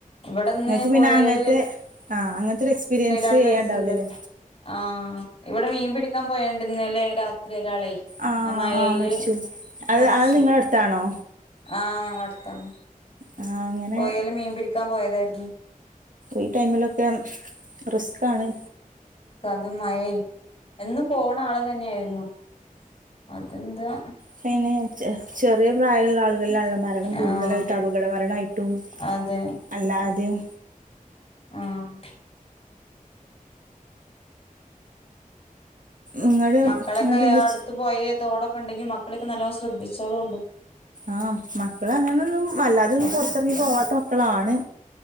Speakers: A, on the left; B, on the right.
A: ഇവിടെന്ന്
B: ഞങ്ങൾക്ക് പിന്നെ
A: പുഴയില്
B: അങ്ങൻത്തെ ആഹ് അങ്ങൻത്താെര് എക്സ്പീരിയൻസ്
A: <unintelligible>
B: ചെയ്യാണ്ടാവില്ലല്ലേ
A: മരിച്ചല്ലോ ആഹ് ഇവിടെ മീൻ പിടി പോയാണ്ടുന്നലേ രാത്രി ഒരാളെ
B: ആഹ്
A: ആ മഴയില്
B: ആഹ് മരിച്ചൂല്ലെ അത്
A: മരിച്ചു
B: അത് നിങ്ങളെ അട്ത്താണോ
A: ആഹ് ഞങ്ങളെ അട്ത്താണ്
B: ആ അങ്ങനെ
A: പൊയേല് മീൻ പിടിക്കാൻ പോയതായി <unintelligible>
B: ഈ ടൈമിലൊക്കെ റിസ്ക്കാണ്
A: അത് മയയും എന്നും പോണ ആള് തന്നെയായിരുന്നു അതെന്താ
B: പിന്നെ ചെ ചെറിയ പ്രായമുള്ള ആളുകളിലാണല്ലോ മരണം കൂടുതലായിട്ടും
A: ആഹ്
B: അപകട മരണമായിട്ടും
A: അതെ
B: അല്ലാതെയും
A: ആഹ്
B: ഇങ്ങട്
A: മക്കളൊക്കെയാ
B: ഇങ്ങടെന്താ
A: അടുത്ത് പോയേ തോട ക്കൊണ്ടെങ്കി മക്കളെയൊക്കെ നല്ലോണം ശ്രദ്ധിച്ചോളും ഉണ്ട്
B: ആഹ് മക്കളങ്ങനൊന്നും അല്ലാതെയൊന്നും
A: മ
B: പൊറത്തിറങ്ങി പോവാത്ത മക്കളാണ്